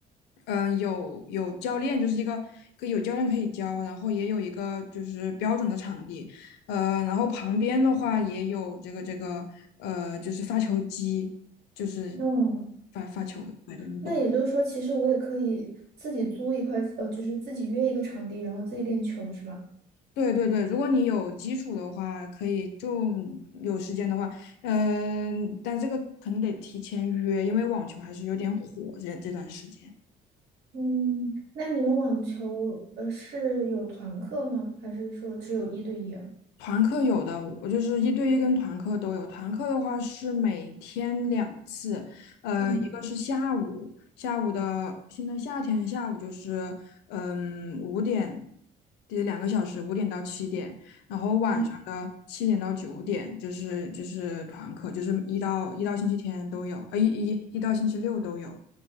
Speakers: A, on the left; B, on the right.
A: 嗯、呃有有教练，就是一个可以有教练可以教，然后也有一个就是标准的场地，呃，然后旁边的话也有这个这个呃，就是发球机，就是
B: 哦，
A: 发发球，对对，你懂。
B: 那也就是说，其实我也可以自己租一块，呃，就是自己约一个场地，然后自己练球，是吧？
A: 对对对，如果你有基础的话，可以就有时间的话，嗯，但这个可能得提前约，因为网球还是有点火这这段时间。
B: 嗯，那你们网球，呃，是有团课吗？还是说只有一对一啊？
A: 团课有的，我就是一对一跟团课都有。团课的话是每天两次，呃，
B: 嗯
A: 一个是下午，下午的现在夏天下午就是嗯五点，也两个小时，五点到七点，然后晚上的七点到九点，
B: 嗯
A: 就是就是团课，就是一到一到星期天都有，呃一一一到星期六都有。